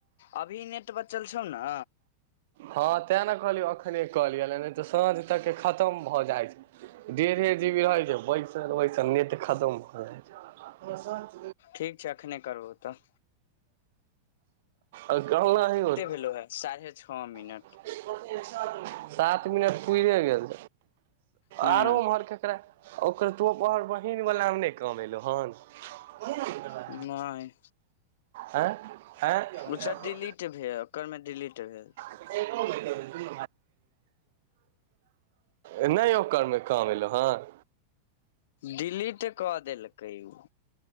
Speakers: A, on the left; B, on the right.
A: अभी नेट बचल छौ ने
B: हँ तै ने कहलियौ एखने कऽ लियअ नहि तऽ साँझ तक खतम भऽ जाइत छै डेढ़े जी बी रहै छै वैसल वैसल नेट खतम भऽ जाइ छै
A: ठीक छै एखने करबउ तऽ
B: आ कहा <unintelligible> मना ही होत
A: लो है साढ़े छओ मिनट
B: <unintelligible> सात मिनट पुरि गेल
A: हूँ
B: आरो उम्हर केकरा ओकर बड़ बहीन वलामे नहि कामेलहु हन <unintelligible>
A: नहि
B: आँय आँय
A: उऽछ डिलीट भेल ओकरमे डिलीट भेल
B: नहि <inaudible> <unintelligible> नहि ओकरमे काम एलौं हँन
A: डिलीट कऽ देलकै ओ